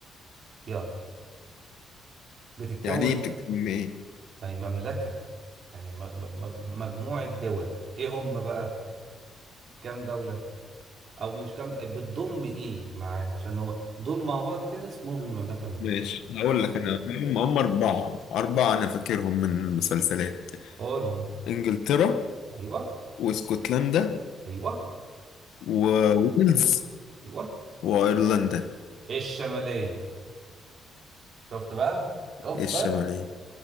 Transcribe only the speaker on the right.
يلا بتتكون
يعني مملكه يعني م- م- م- مجموعه دول ايه هم بقى كام دوله او مش كام دوله بتضم ايه معاها عشان هو دول مع بعض كده اسمهم المملكه المتحده
قولهم
ايوه
ايوه
ايوه
الشمالية شفت بقى شفت
بقى